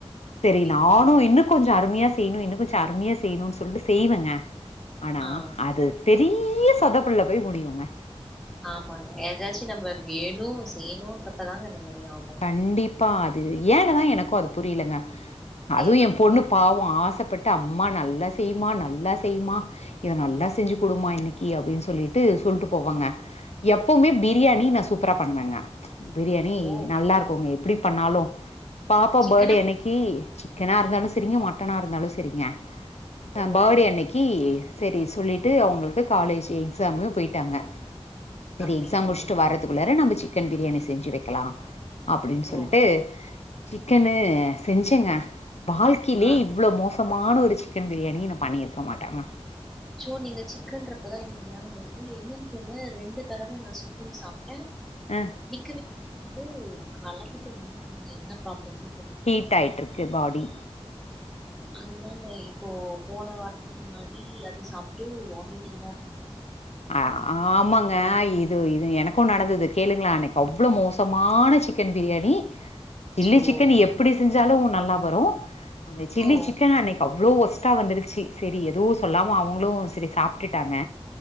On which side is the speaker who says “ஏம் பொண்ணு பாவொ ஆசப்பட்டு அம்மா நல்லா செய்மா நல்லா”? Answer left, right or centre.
Left